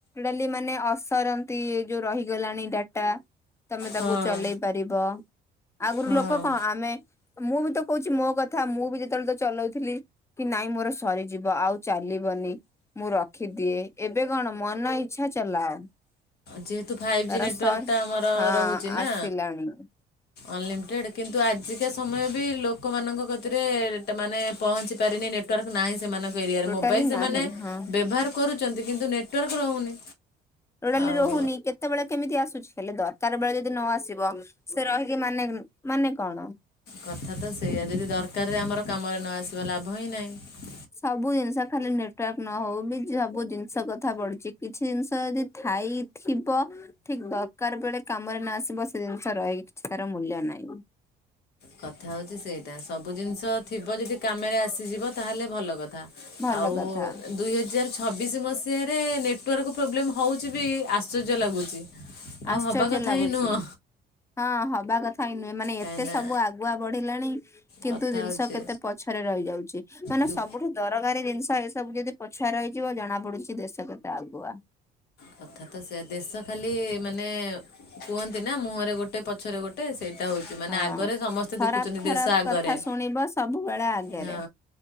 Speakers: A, on the left; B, on the left.
A: ଡାଲି ମାନେ ଅସରନ୍ତି ଯୋଉ ରହିଗଲାଣି ଡାଟା। ତମେ ତାକୁ
B: ହଁ
A: ଚଲେଇ ପାରିବ ଆଗରୁ
B: ହଁ
A: ଲୋକ କଣ ଆମେ। ମୁଁ ବି ତ କହୁଛି ମୋ କଥା ମୁଁ ବି ଯେତେଳେ ତ ଚଲଉଥିଲି କି ନାଇଁ ମୋର ସରିଯିବ ଆଉ ଚାଲିବନି। ମୁଁ ରଖିଦିଏ ଏବେ କଣ ମନ ଇଚ୍ଛା ଚଲାଅ।
B: ଯେହେତୁ ଫାଇଭ୍
A: ତାର
B: ଜି ନେଟୱାର୍କଟା
A: ସର୍
B: ଆମର
A: ହଁ
B: ରହୁଚି ନା।
A: ଆସିଲାଣି
B: ଅନଲିମିଟେଡ୍ କିନ୍ତୁ ଆଜିକା ସମୟ ବି ଲୋକମାନଙ୍କ କତିରେ ମାନେ ପହଞ୍ଚି ପାରିନି ନେଟ୍। ନେଟୱାର୍କ ନାହିଁ ସେମାନଙ୍କ ଏରିଆରେ
A: ଟୋଟାଲି
B: ମୋବାଇଲ ସେମାନେ
A: ନାହିଁ ହଁ।
B: ବ୍ୟବହାର କରୁଚନ୍ତି କିନ୍ତୁ ନେଟୱାର୍କ ରହୁନି।
A: ଟୋଟାଲି
B: ଆଉ
A: ରହୁନି କେତେ? କେତେବେଳେ କେମିତି ଆସୁଛି ହେଲେ ଦରକାର ବେଳେ ଯଦି ନ ଆସିବ ସେ ରହିକି ମାନେ ମାନେ କଣ?
B: କଥା ତ ସେଇୟା ଯଦି ଦରକାରରେ ଆମର କାମରେ ନ ଆସିବା ଲାଭ ହିଁ ନାହିଁ।
A: ସବୁ ଜିନିଷ ଖାଲି ନେଟୱାର୍କ ନ ହଉ ବି ସବୁ ଜିନିଷ କଥା ପଢୁଛି କିଛି ଜିନିଷ ଯଦି ଥାଇ ଥିବ ଠିକ ଦରକାର ବେଳେ କାମରେ ନ ଆସିବ ସେ ଜିନିଷ ରହିକି କିଛି ତାର ମୂଲ୍ୟ ନାହିଁ।
B: କଥା ହେଉଛି ସେଇଟା ସବୁ ଜିନିଷ ଥିବ ଯଦି କାମେରେ ଆସିଯିବ ତାହେଲେ ଭଲ କଥା।
A: ଭଲ
B: ଆଉ
A: କଥା
B: ଦୁଇ ହଜାର ଛବିଶ ମସିହାରେ ନେଟୱାର୍କ ପ୍ରୋବ୍ଲେମ ହଉ କିଛି ବି ଆଶ୍ଚର୍ଯ୍ୟ ଲାଗୁଛି। ଆଉ
A: ଆଶ୍ଚର୍ଯ୍ୟ
B: ହବା କଥା
A: ଲାଗୁଛି
B: ହିଁ ନୁହଁ
A: ହଁ ହବା କଥା ହିଁ ନୁହେଁ ମାନେ
B: କାହିଁକିନା
A: ଏତେ ସବୁ ଆ ଗୁଆ ବଢିଲାଣି କିନ୍ତୁ
B: କଥା
A: ଜିନିଷ
B: ହେଉଛି
A: କେତେ ପଛରେ ରହିଯାଉଚି ମାନେ
B: ଯୁ
A: ସବୁଠୁ ଦରକାରୀ ଜିନିଷ ଏ ସବୁ ଯଦି ପଛୁଆ ରହିଜିବ ଜଣା ପଡୁଚି ଦେଶ କେତେ ଆଗୁଆ?
B: କଥା ତ ସେ ଦେଶ ଖାଲି ମାନେ କୁହନ୍ତି ନା ମୁହଁରେ ଗୋଟେ ପଛରେ ଗୋ ଟେ ସେଇଟା ହଉଛି ମାନେ
A: ହଁ
B: ଆଗରେ ସମସ୍ତେ
A: ଖରାପ
B: ଦେଖୁଛନ୍ତି
A: ଖରାପ
B: ଦେଶ ଆଗରେ
A: କଥା ଶୁଣିବ ସବୁବେଳେ ଆଗରେ
B: ହଁ।